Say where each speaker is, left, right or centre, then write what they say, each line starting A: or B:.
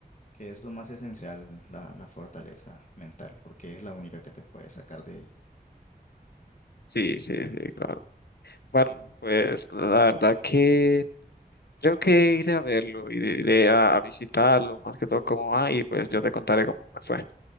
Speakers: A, on the left; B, on the left.
A: que es lo más esencial, la, la fortaleza mental, porque es la única que te puede sacar de ahí.
B: Sí, sí, sí, claro. Bueno, pues la verdad que creo que iré a verlo, iré iré a, a visitarlo, más que todo cómo va, y pues yo te contaré cómo me fue.